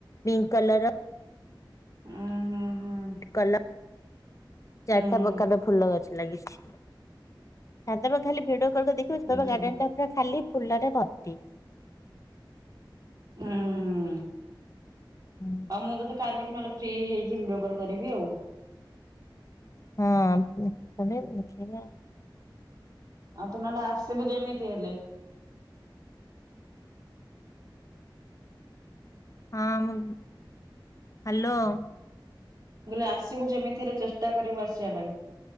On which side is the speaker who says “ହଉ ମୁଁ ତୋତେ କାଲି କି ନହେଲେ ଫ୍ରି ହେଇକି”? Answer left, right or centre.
Right